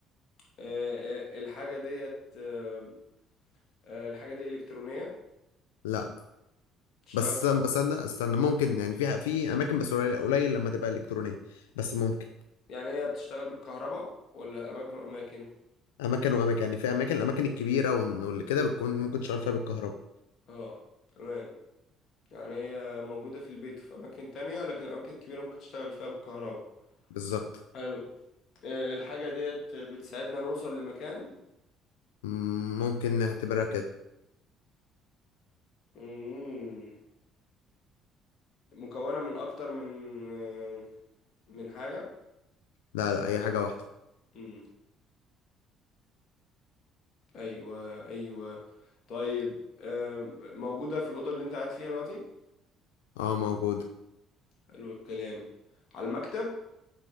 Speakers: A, on the left; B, on the left.
A: آه، آه، الحاجه ديت آه، آه، الحاجه دي الكترونيه
B: لا
A: بتشتغل
B: بس
A: بالك...
B: بس أنا استنى ممكن يعني في في أماكن بس قليل قليل لما تبقى إلكترونية بس ممكن
A: يعني هي بتشتغل بالكهرباء ولا اماكن واماكن
B: أماكن وأماكن يعني في أماكن الأماكن الكبيرة والن- واللي كده بتكون ممكن تشغل فيها بالكهرباء
A: اه تمام يعني هي موجودة في البيت في أماكن تانية لكن الأماكن الكبيرة ممكن تشتغل فيها بالكهرباء
B: بالظبط
A: حلو آه، الحاجة ديت بتساعدنا نوصل لمكان
B: مم، ممكن نعتبرها كده
A: مم. مكونة من أكتر من آه، من حاجة
B: لا لا أي حاجة واحدة
A: مم. أيوة أيوة طيب آه، موجودة في الأوضة اللي أنت قاعد فيها دلوقتي
B: اه موجودة
A: حلو الكلام على المكتب